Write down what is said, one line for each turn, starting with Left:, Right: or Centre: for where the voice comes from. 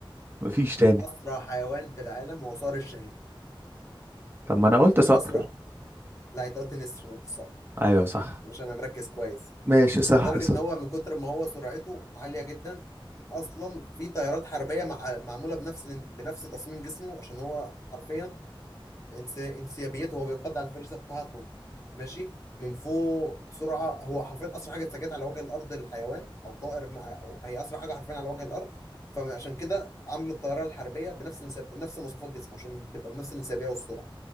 Right: مفيش تاني
Left: اسرع حيوان في العالم هو صقر الشاهين
Right: طب ما انا قلت صقر
Left: اسرع لا انت قلت نسر ما قلتش صقر
Right: ايوه صح
Left: مش انا مركز كويس
Right: ماشي صح
Left: لدرجه
Right: صح
Left: ان هو من كتر ما هو سرعته عاليه جدا اصلا في طيارات حربيه مع... معموله بنفس بنفس تصميم جسمه عشان هو حرفيا انس... انسيابيته هو بينقض على الفريسه بتاعته ماشي من فوق بسرعه هو حرفيا اسرع حاجه اتسجلت على وجه الارض للحيوان او طائر مع... أو هي اسرع حاجه حرفيا على وجه الارض فعشان كده عملوا الطياره الحربيه بنفس الانس... بنفس مواصفات جسمه عشان تبقى بنفس الانسيابيه والسرعه